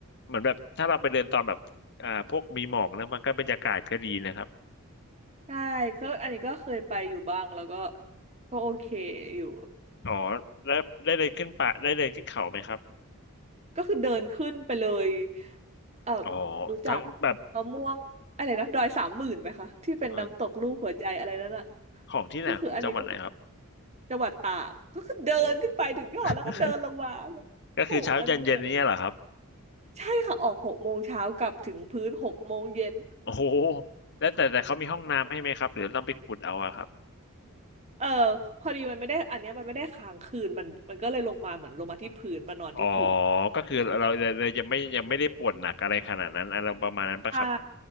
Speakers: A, on the left; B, on the right.
A: เหมือนแบบถ้าเราไปเดินตอนแบบอ่าพวกมีหมอกแล้วมันก็บรรยากาศก็ดีนะครับ
B: <laughs> ใช่ก็อันนี้ก็เคยไปอยู่บ้างแล้วก็ก็โอเคอยู่
A: อ๋อแล้วได้เดินขึ้นป่าได้เดินขึ้นเขาไหมครับ
B: ก็คือเดินขึ้นไปเลยเอ่อ
A: อ๋อ
B: รู้จัก
A: ทั้งแบบ
B: มะม่วงอะไรนะดอยสามหมื่นไหมคะที่เป็นน้ำตกรูปหัวใจอะไรนั่นอ่ะ
A: เอ่อของที่ไหนของจังหวัดไหนครับ
B: ก็คืออันนี้ก็คือจังหวัดตากก็คือเดินขึ้นไปถึงยอดแล้วก็เดินลงมา
A: โอ้ <laughs> ก็คือเช้าเย็นเย็นนี้เหรอครับ
B: โอ้โหมันเหนื่อยใช่ค่ะออกหกโมงเช้ากลับถึงพื้นหกโมงเย็น
A: โอ้โหแล้วแต่แต่เขามีห้องน้ำให้ไหมครับหรือต้องไปขุดเอาอะครับ
B: เออพอดีมันไม่ได้อันเนี้ยมันไม่ได้ค้างคืนมันมันก็เลยลงมาเหมือนลงมาที่พื้นมานอนที่พื้น
A: อ๋อก็คือเราเราจะไม่ยังไม่ได้ปวดหนักอะไรขนาดนั้นอะไรประมาณนั้นปะครับ
B: ใช่